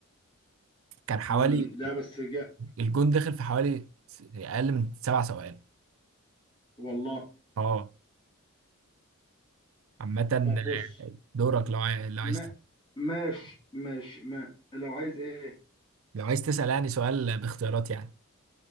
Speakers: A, on the right (about 70°); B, on the left (about 20°).
A: كان حوالي
B: امم لا بس جاء
A: الجون دخل في حوالي أقل من سبع ثواني
B: والله
A: أه عامة
B: طب بص
A: دورك
B: م-
A: لو عاي... لو
B: ما
A: عايز
B: ماشي ماشي ما لو عايز ايه ايه
A: لو عايز تسأل يعني سؤال باختيارات يعني